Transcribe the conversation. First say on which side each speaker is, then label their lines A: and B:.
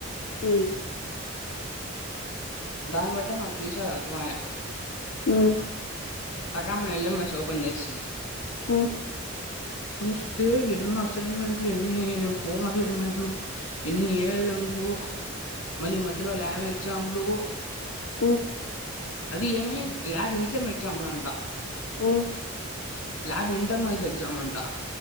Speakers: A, on the left (about 65°); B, on the left (about 80°).
A: ఉమ్
B: దాని బట్టి మాకు ఫ్యూచర్ అర్థం ఆయా
A: ఉమ్
B: టకమాని వెళ్ళాం ఎస్ ఓపెన్ చేస్తిమి
A: ఉమ్
B: చూష్ తే ఎన్ని అసైన్మెంట్లు ఎన్ని హోమ్ అసైన్మెంట్లు ఎన్ని ఏఎల్ఎమ్సు మళ్ళీ మధ్యలో ల్యాబ్ ఎగ్జామ్లు
A: ఉ
B: అది ఏమ ల్యాబ్ ఇంచే మ్ చంళంట
A: ఉమ్
B: ల్యాబ్ ఇంటర్నల్స్ ఎగ్జామ్ అంటా